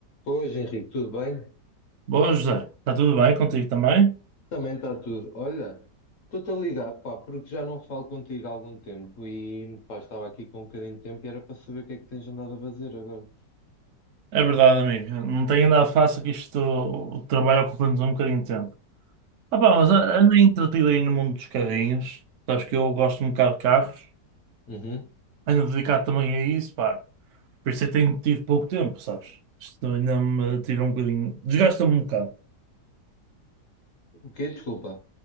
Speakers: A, on the left (about 60°); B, on the right (about 60°).
A: Hoje, Henrique, tudo bem?
B: Boa, José. Está tudo bem contigo também?
A: Também está tudo. Olha, estou-te a ligar, pá, porque já não falo contigo há algum tempo e, pá, estava aqui com um bocadinho de tempo e era para saber o que é que tens andado a fazer agora.
B: É verdade, amigo. Não tenho andado fácil que isto, o trabalho ocupa-nos um bocadinho de tempo. Ah, pá,
A: Exato.
B: mas a- ando entretido aí no mundo dos carrinhos. Sabes que eu gosto um bocado de carros.
A: Uhum.
B: Ando dedicado também a isso, pá. Por isso é que tenho tido pouco tempo, sabes? Isto ainda me tira um bocadinho. Desgasta-me um bocado.
A: O quê? Desculpa.